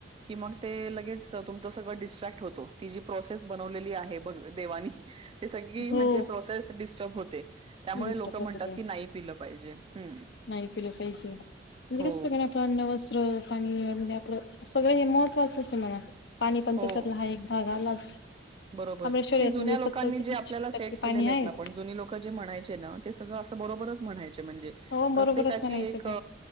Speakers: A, on the right (about 30°); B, on the left (about 65°).
A: की मग ते लगेच, तुमचं सगळ डिसट्रॅक्ट होतो. ति जी प्रोसेस बनवलेली आहे बघ देवानी ते सगळी
B: हो
A: म्हणजे प्रोसेस डिस्टर्ब होते. त्यामुळे
B: दुरुस्त
A: लोक म्हणतात
B: पद्धती
A: की नाही पिल पाहिजे. हम्म
B: नाही पिल पाहिजे. म्हणजे
A: हो
B: कस की नाय आपण अन्न वस्त्र पाणी म्हणजे आपलं सगळं हे महत्त्वाचंच आहे म्हणा. पाणी पण
A: हो
B: त्याच्यातला हा एक भाग आलाच. <inaudible>
A: बरोबर.
B: आपल्या शरीरात
A: नाही जुन्या
B: म्हणजे सत्तर
A: लोकांनी
B: ते
A: जे
B: ऐंशी
A: आपल्याला सेट
B: टक्के पाणी
A: केलेले
B: आहेच.
A: आहेत ना, पण जुनी लोक जे म्हणायचे ना ते सगळं असं बरोबरच म्हणाय चे. म्हणजे
B: हो
A: प्रत्येकाची
B: बरोबरच म्हणायचं
A: एक
B: ते.